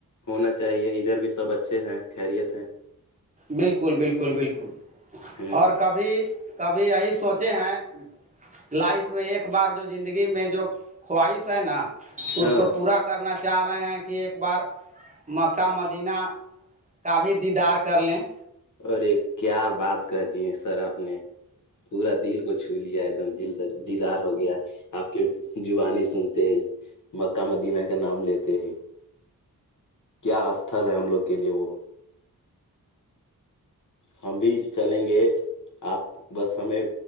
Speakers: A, on the left (about 55°); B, on the right (about 20°).
A: ہونا چاہیے ادھر بھی سب اچھے ہیں خیریت ہیں
B: بالکل بالکل بالکل
A: ہ
B: اور کبھی کبھی یہی سوچے ہیں لائف میں ایک بار جو زندگی میں جو خواہش ہے نا
A: ہاں
B: اس کو پورا کرنا چاہ رہے ہیں کہ ایک بار مکہ مدینہ کا بھی دییدار کا کر لیں
A: اور ایک کیا بات کہ دی ہے سر آپ نے پورا دل کو چھو لیا ایک دم دل دیدار ہو گیا آپ کی زبانی سنتے ہیں مکہ مدینہ کا نام لیتے ہیں کیا استھل ہے ہم لوگ کے لیے وہ ہم بھی چلیں گے آپ بس ہمیں